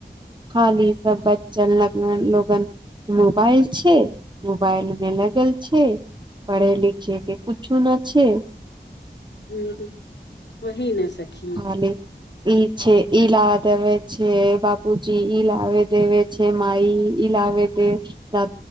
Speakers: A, on the right; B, on the left.
A: खाली सब बन लग लोगन मोबाइल छैय मोबाइल मे लगल छैय पढ़े लिखे के कुछो न छैय
B: ह वही न सखी
A: खाली ई छैय ई ल देबे छिय बाप कूची इलावे देवे छैय मइ इलावे दे द